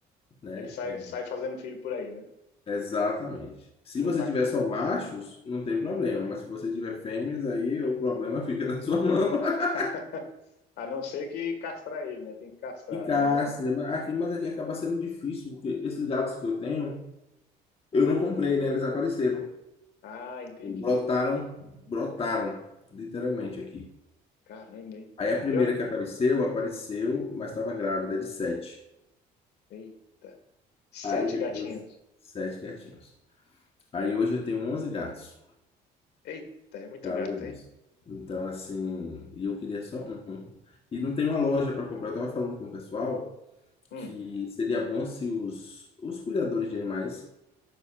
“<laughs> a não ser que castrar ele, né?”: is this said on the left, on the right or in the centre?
Left